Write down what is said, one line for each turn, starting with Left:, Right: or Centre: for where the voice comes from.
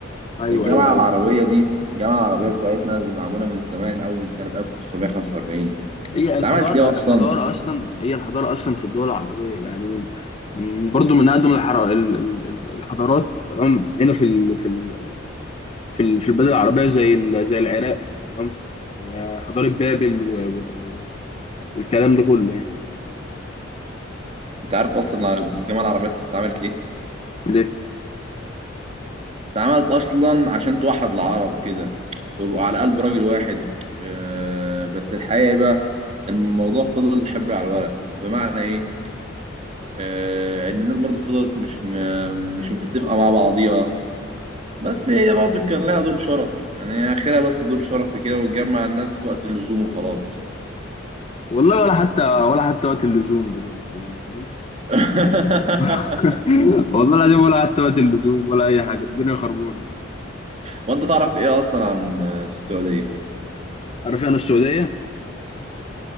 Left: أيوه
Right: ده الجامعه
Left: أيوه أيوه
Right: العربيه دي الجامعه العربيه بتاعتنا دي معموله من زمان قوي من سنه 1945
Left: هي الحضارة
Right: اتعملت ليه اصلا
Left: الحضارة أصلا هي الحضارة أصلا في الدول العربية يعني من من برضه من أقدم الحر... ال- ال- ال- الحضارات تمام هنا في ال... في ال... في ال- في البلاد العربيه زي ال- زي العراق تمام آه، حضاره بابل و... و... و- والكلام ده كله يعني
Right: انت عارف اصلا الجامعه العربيه اتعملت ليه
Left: ليه
Right: اتعملت اصلا عشان توحد العرب كده ويبقوا على قلب راجل واحد آه، بس الحقيقه ايه بقى الموضوع فضل حبر على الورق بمعنى ايه آه، ان الناس برضو فضلت مش م- مش متفقه مع بعضيها بس هي برضو كان لها دور شرفي يعني هي اخرها بس دور شرفي كده وتجمع الناس في وقت اللزوم وخلاص
Left: والله ولا حتى ولا حتى وقت اللزوم دلوقتي يعني فاهم
Right: <laughs>
Left: <laughs> والله العظيم ولا حتى وقت اللزوم ولا اي حاجه الدنيا خربانه
Right: وانت تعرف ايه اصلا عن السعوديه
Left: عارف انا السعوديه